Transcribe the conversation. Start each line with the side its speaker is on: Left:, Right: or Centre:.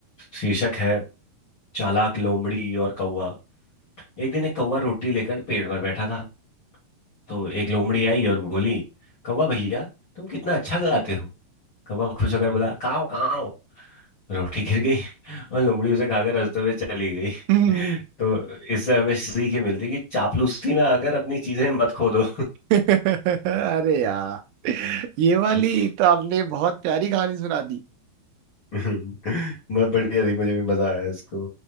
Left: शीर्षक है चालाक लोमड़ी और कौवा एक दिन एक कौवा रोटी लेकर पेड़ पर बैठा था तो एक लोमड़ी आई और बोली कौवा भैया तुम कितना अच्छा गाते हो कौवा खुश होकर बोला काव काव रोटी गिर गई <laughs> और लोमड़ी उसे खाकर हंसते हुए चली गई <laughs>
Right: हैं <laughs>
Left: तो इससे हमें सीख ये मिलती है कि चापलूसी में आकर अपनी चीजें मत खो दो
Right: <laughs> अरे यार ये वाली
Left: <laughs>
Right: तो आपने बहुत प्यारी कहानी सुना दी
Left: हम्म, बहुत बढ़िया थी मुझे भी मजा आया इसको